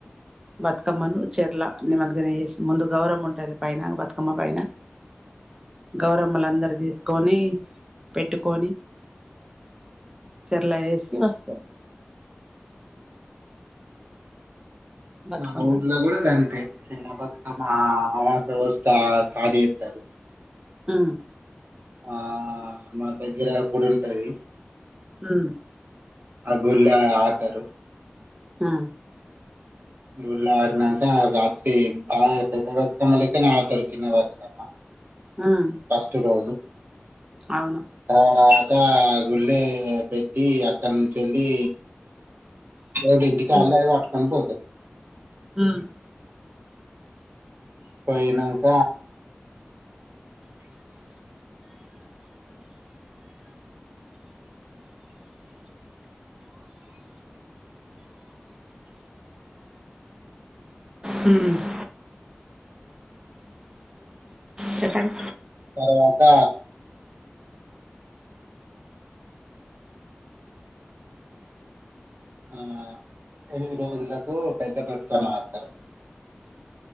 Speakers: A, on the right; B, on the right.
A: బతుకమ్మను చరల నిమగ్గన చేసి ముందు గౌరమ్మ ఉంటది పైన బతుకమ్మ పైన గౌరమ్మలు అందరు తీసుకొని పెట్టుకొని చర్ల వేసి వస్తారు బతుకమ్మను
B: మా ఊర్లో కూడా గంతే చిన్న బతుకమ్మ అమావాస్య రోజు స్టార్ట్ చేస్తారు
A: మ్మ్
B: ఆ మన దగ్గర గుడి ఉంటది
A: మ్మ్
B: అ గుల్లా ఆడాతారు
A: ఆ
B: గుఊళ్ళో ఆడినాక రాత్రి బాగ పెద్ద బతుకమ్మ లెక్కనే ఆడతరు చిన్న బతుకమ్మ
A: ఉమ్
B: ఫస్ట్ రోజు
A: అవును
B: తర్వాత్ తా గుళ్ళో పెట్టి అక్కడి నుంచెల్లి ఎళ ఇంటికి
A: ఉమ్
B: ఆళ్ళు అది పట్టుకని పోతరు
A: ఉమ్
B: పోయినంక
A: హ్మ్ చెప్పండి
B: తర్వాత ఆ ఎనిమిది రోజులకు పెద్ద బతుకమ్మ ఆడుతరు